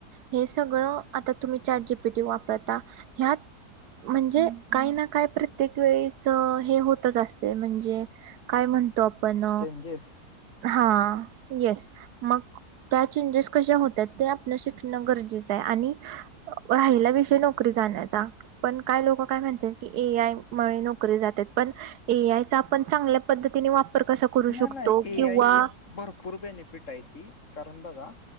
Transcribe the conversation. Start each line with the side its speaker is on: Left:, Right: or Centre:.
Right: हे सगळं, आता तुम्ही चार जीपीटी वापरता. ह्यात. म्हणजे काही ना काही प्रत्येक वेळेस हे होतच असते. म्हणजे काय म्हणतो आपण.
Left: चेंजेस
Right: हा. येस. मग त्या चेंजेस कशा होतात. ते आपण शिकणं गरजेचंय. आणि राहिला विषय नोकरी जाण्याचा. पण काय लोक काय म्हणतात की. ए आय मुळे नोकरी जातात. पण ए आय चा आपण चांगल्या पद्धतीने वापर कसा करू
Left: नाही
Right: शकतो.
Left: नाही ए
Right: किंवा
Left: आयचे भरपूर बेनिफिट आहे ती. कारण बघा.